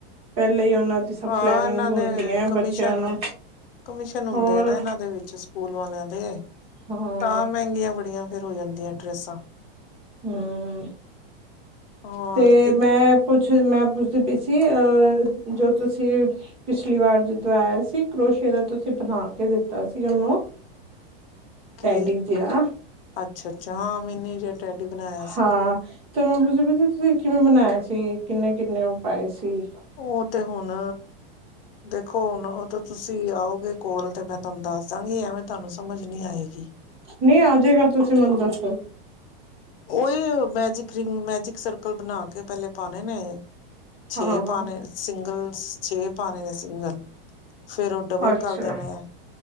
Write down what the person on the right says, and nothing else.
ਪਹਿਲੇ ਹੀ ਉਹਨਾਂ ਦੀ ਸਭ
ਪਲਨਿੰਗ
ਹੁੰਦੀ
ਹੈ
ਬੱਚਿਆਂ ਨੂੰ
ਹੋਰ
ਹਾਂ
ਹਮਮ।
ਤੇ
ਮੈਂ ਪੁੱਛ ਮੈਂ ਪੁਛ <unintelligible> ਅਹ ਜੋ ਤੁਸੀਂ ਪਿਛਲੀ ਵਾਰ ਜਦੋਂ ਆਇਆ ਸੀ, ਕਰੋਸ਼ੇ ਦਾ ਤੁਸੀਂ ਬਣਾ ਕੇ ਦਿੱਤਾ ਸੀ ਉਹਨੂੰ
ਟੈਡੀ ਜ ਆ
ਹਾਂ ਤੇ ਮੈਂ ਪੁੱਛਦੀ ਪਈ ਸੀ ਤੁਸੀਂ ਕਿਵੇਂ ਬਣਾਇਆ ਸੀ, ਕਿੰਨੇ ਕਿੰਨੇ ਉਹ ਪਾਏ ਸੀ।
ਨਹੀਂ ਆਜੇਗਾ, ਤੁਸੀਂ ਮੈਨੂੰ ਦੱਸੋ।
ਹਾਂ ਹਾਂ
ਅੱਛਾ